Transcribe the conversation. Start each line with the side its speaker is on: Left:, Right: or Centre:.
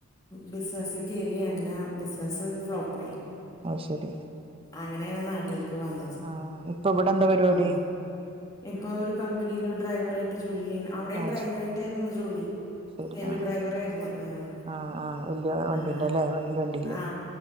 Left: ബിസിനസിൽ കേറി അന്നാ ബിസിനസ് ഫ്ലോപ്പായി
Right: അ ശരി
Left: അങ്ങനെയാണ് നാട്ടിലേക്ക് വന്നത്
Right: ആ ഇപ്പൊ ഇവിടെ എന്താ പരിപാടി
Left: ഉ ഇപ്പൊ ഒരു കമ്പനിൽ ഡ്രൈവറായിട്ട് ജോലി ചെയ്യ്ണ അവിടേയും
Right: ആ
Left: ഡ്രൈവറായിട്ടായിരുന്നു ജോലി.
Right: അത് ശരി
Left: ഹെവി
Right: ആ
Left: ഡ്രൈവറായിയിരുന്നു ആഹ്
Right: ആ ആ വല്യ വണ്ടിന്റെ
Left: ആ
Right: അല്ലേ വല്യ വണ്ടിയില്
Left: ആ